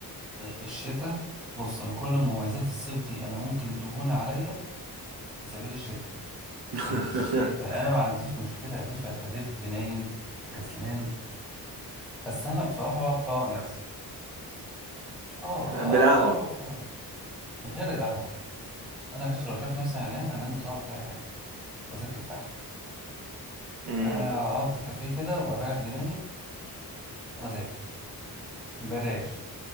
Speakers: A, in the centre; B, on the right.
A: الشتاء بص أنا كل مميزات الصيف دي أنا ممكن تهون عليا في سبيل الشتاء
B: <laughs>
A: الشتاء أنا ما عنديش مشكلة يا باشا أبقى دب نايم كسلان بس انا بصراحه بفوق نفسي اه
B: بالقهوة
A: آه، لا انا بفوق غير القهوه انا يا باشا لو شايف نفسي هنام انا انزل اقعد في اي حته واذاكر تحت
B: امم
A: آه، اقعد في كافيه كده واريح دماغي واذاكر بلاش